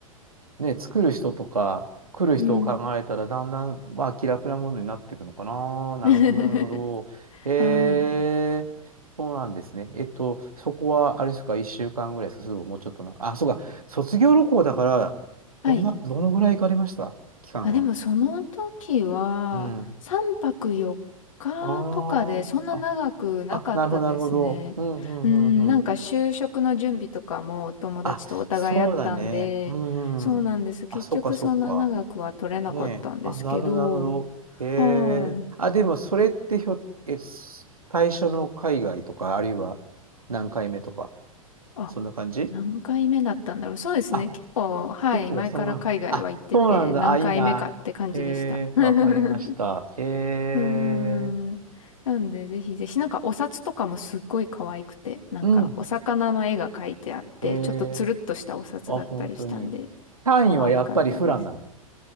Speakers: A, on the right; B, on the left.
A: ね、作る人とか、来る人を考えたら、
B: うん。
A: だんだん、まあ、気楽なものになっていくのかな。なるほど、
B: <laughs>
A: なるほど。えー、
B: はい。
A: そうなんですね。えっと、そこは、あれですか、1週間ぐらいですか、それとももうちょっとな。あ、そうか、卒業旅行だから、
B: はい。
A: どんな、どのぐらい行かれました期間は。
B: あ、でもその時は、
A: うん。
B: 3泊4日とかで、
A: ああ、
B: そんな長くなかったですね。
A: あ、あ、なるほど、なるほど。うん、うん、
B: うん、
A: うん、
B: なんか就職の準備とかもお友達とお互いあったんで、
A: うん。あ、そうだね。うん。
B: そうなんです。
A: うんあ、
B: 結局そんな長くは取れなかったんですけど、
A: そっか、そっか。ねえ。あ、なるほど、なるほど。へ
B: はい。
A: え。あ、でも、それってひょ、え、す最初の海外とか、あるいは何回目とか、
B: あ、
A: そんな感じ
B: 何回目だったんだろう。そうですね。
A: あ、
B: 結構、はい。
A: 結構その前も。
B: 前から海外は行ってて、
A: あ、そうなんだ。
B: 何回目かって感じでした。
A: あ、いいな。へえ、
B: <laughs>
A: わかりました。へえ。
B: うーん。なんで、ぜひぜひ、なんかお札とかもすっごい可愛くて、なんかお魚の絵が描いてあって、
A: うん。へえ。
B: ちょっとつるっとしたお札だったりしたんで、
A: あ、本当に。単位はやっぱりフランなの
B: 可愛かったです。